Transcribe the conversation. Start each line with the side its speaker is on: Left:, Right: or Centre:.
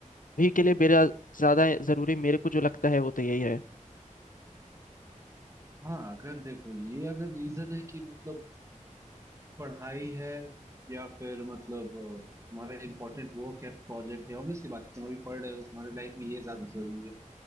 Left: भी के लिए मेरा ज़्यादा ज़रूरी मेरे को जो लगता है वो तो यही है
Right: हाँ अगर देखो ये अगर रीजन है कि मतलब पढ़ाई है या फिर मतलब अ, तुम्हारा इम्पोर्टेंट वर्क है प्रोजेक्ट है ऑब्वियसली बात है तुम अभी पढ़ रहे हो तुम्हारी लाइफ में ये ज्यादा जरूरी है